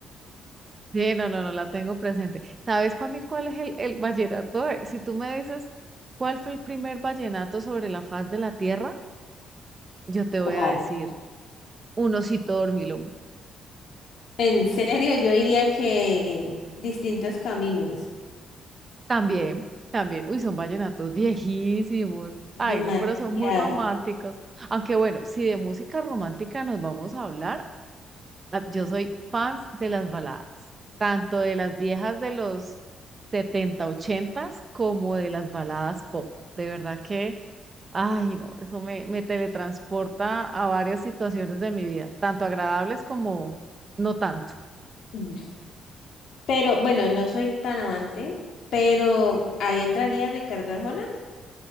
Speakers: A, on the right; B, on the left.
A: Sí, no, no, no la tengo presente. ¿Sabes para mí cuál es el, el vallenato? Eh, Si tú me dices cuál fue el primer vallenato sobre la faz de la tierra, yo te
B: ¿Cuál?
A: voy a decir un osito dormilón.
B: En serio, yo diría que distintos caminos.
A: También, también. Uy, son vallenatos viejísimos. Ay,
B: Demasiado.
A: no, pero son muy románticos. Aunque bueno, si de música romántica nos vamos a hablar. Ah, Yo soy fans de las baladas, tanto de las viejas de los 70 80 como de las baladas pop. De verdad que, ay, no, eso me, me teletransporta a varias situaciones de mi vida, tanto agradables como no tanto.
B: Mm. Pero bueno, no soy tan amante, pero ahí entraría Ricardo Arjona.